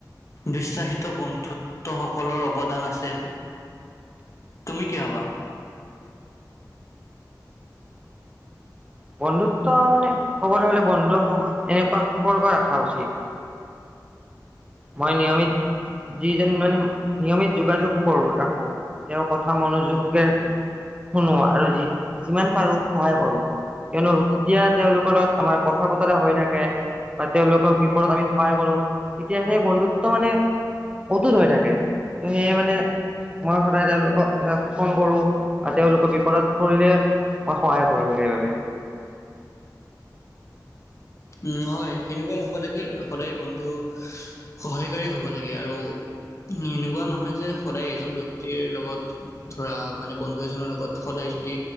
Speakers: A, on the left; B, on the right.
A: বিশ্বাসিত বন্ধুত্ব সকলৰ অৱদান আছিল। তুমি কি ভাবা? <inaudible>
B: বন্ধুত্ব মানে কবলৈ গ'লে বন্ধুসকল এনেকুৱা সম্পৰ্ক ৰাখা উচিত মই নিয়মিত যিজন মানে নিয়মিত যোগাযোগ কৰো ৰাখো তেওঁৰ কথা মনোযোগে শুনো আৰু যি যিমান পাৰো সহায় কৰো কিয়নো যেতিয়া তেওঁলোকৰ লগত আমাৰ কথা বতৰা হৈ থাকে বা তেওঁলোকক বিপত আমি সহায় কৰো। তেতিয়াহে সেই বন্ধুত্ব মানে অটুত হৈ থাকে ত' সেয়ে মানে মই সদায় তেওঁলোকক এটা ফোন কৰোঁ। আৰু তেওঁলোকে বিপদত পৰিলে। মই সহায় কৰো সেইবাবে
A: উম হয় সেনেকুৱাই হব লাগে সদায় বন্ধু সহায়কাৰী হব লাগে আৰু উ এনেকুৱা নহয় যে সদায় এজন ব্যক্তিৰ লগত ধৰা মানে বন্ধু এজনৰ লগত সদায় যদি